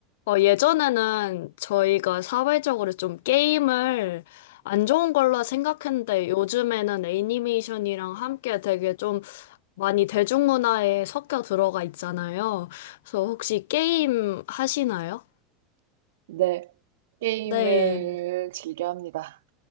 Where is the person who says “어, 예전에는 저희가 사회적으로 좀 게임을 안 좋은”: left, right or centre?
Left